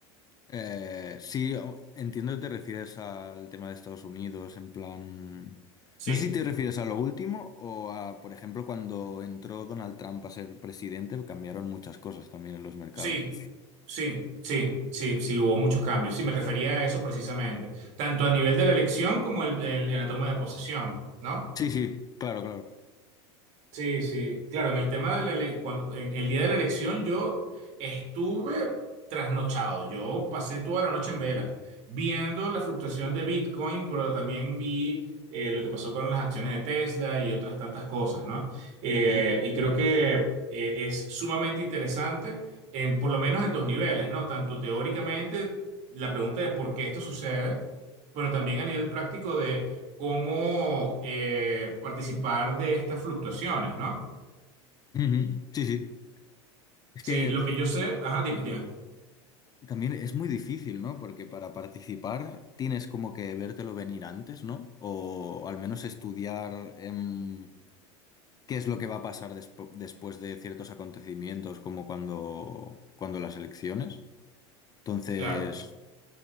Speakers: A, on the left (about 25°); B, on the right (about 50°).
A: Eh, sí, o- entiendo que te refieres al tema de Estados Unidos, en plan...
B: Sí,
A: No sé si te refieres a lo último o a, por ejemplo, cuando entró Donald Trump a ser presidente, cambiaron muchas cosas también en los mercados.
B: sí, sí, sí, sí, sí, hubo muchos cambios. Sí, me refería a eso precisamente, tanto a nivel de la elección como el- el- en la toma de posesión, ¿no?
A: Sí, sí, claro, claro.
B: Sí, sí, claro, en el tema de la ele- cuando, en el día de la elección yo estuve trasnochado, yo pasé toda la noche en vela, viendo la fluctuación de Bitcoin, pero también vi eh, lo que pasó con las acciones de Tesla y otras tantas cosas, ¿no? Eh,
A: Ujú,
B: y creo que eh, es sumamente interesante, en, por lo menos en dos niveles, ¿no? Tanto teóricamente la pregunta de por qué esto sucede, pero también a nivel práctico cómo eh, participar de estas fluctuaciones, ¿no?
A: ujú. Sí, sí. Es
B: Sí,
A: que
B: lo que yo sé, ajá, dime, dime.
A: También es muy difícil, ¿no? Porque para participar tienes como que vértelo venir antes, ¿no? O al menos estudiar em, qué es lo que va a pasar despo- después de ciertos acontecimientos, como cuando, cuando las elecciones. Entonces,
B: Claro.